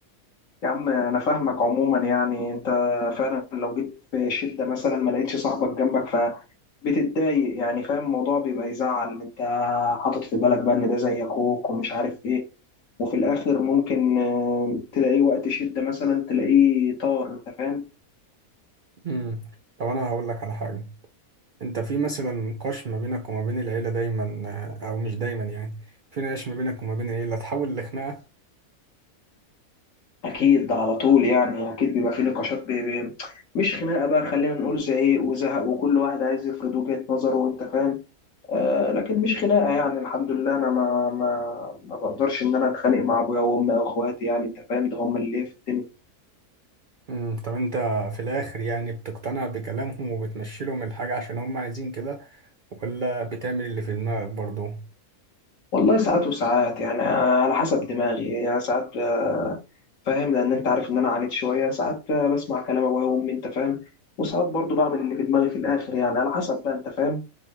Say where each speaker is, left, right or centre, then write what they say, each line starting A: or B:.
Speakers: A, on the left (about 65°); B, on the right (about 60°).
A: يا عم انا فاهمك عموما يعني انت فعلا لو جيت في شدة مثلا ما لقيتش صاحبك جنبك فبتتضايق يعني فاهم الموضوع بيبقى يزعل انت حاطط في بالك بقى ان ده زي اخوك ومش عارف ايه وفي الاخر ممكن آه، تلاقيه وقت شدة مثلا تلاقيه طار انت فاهم
B: مم. طب أنا هقول لك على حاجة انت في مثلا نقاش ما بينك وما بين العيلة دايما آه، او مش دايما يعني في نقاش ما بينك وما بين العيلة تحول لخناقة
A: اكيد ده على طول يعني اكيد بيبقى في نقاشات بي- بي- مش خناقة بقى خلينا نقول زعيق وزهق وكل واحد عايز يفرض وجهة نظره وانت فاهم آه، لكن مش خناقه يعني الحمد لله انا ما ما ما بقدرش ان انا اتخانق مع ابويا وامي او اخواتي يعني انت فاهم ده هم اللي في الدنيا
B: امم طب انت في الاخر يعني بتقتنع بكلامهم وبتمشي لهم الحاجة عشان هم عايزين كده ولا بتعمل اللي في دماغك برضو
A: والله ساعات وساعات يعني آه، على حسب دماغي يعني ساعات آه، فاهم لان انت عارف ان انا عانيت شويه ساعات آه، بسمع كلام ابويا وامي انت فاهم وساعات برضو بعمل اللي في دماغي في الاخر يعني على حسب بقى انت فاهم